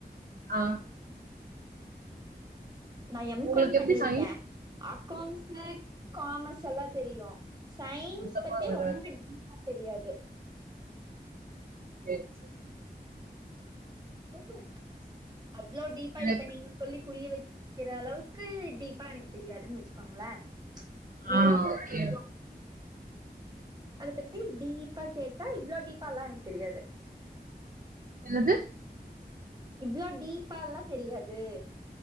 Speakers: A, on the right; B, on the right.
A: ஆஹ்
B: நா எம்
A: உங்களுக்கு
B: காம் பண்ணிருக்கே
A: எப்படி சயின்ஸ்
B: அக்கவுண்ட்ஸ் காமர்ஸ் எல்லா தெரியு சயின்ஸ்
A: சுத்தமா
B: பத்தி
A: வராது.
B: ரொம்ப டீப்பா தெரியாது
A: செர செர்
B: குசோ அவ்ளோ டீப்பா
A: எனக்கு
B: இப்ப நீங்க சொல்லி புரிய வைக்கிற அளவுக்கு டீப்பா எனக்கு தெரியாதுன்னு வச்சுக்கோங்கள மேலோட்ட
A: ஆ ஓகே.
B: தெரியு அதை பத்தி டீப்பா கேட்டா இவ்ளோ டீப்பால்லா எனக்கு தெரியாது
A: என்னது
B: இவ்ளோ டீப்பால்லா தெரியாது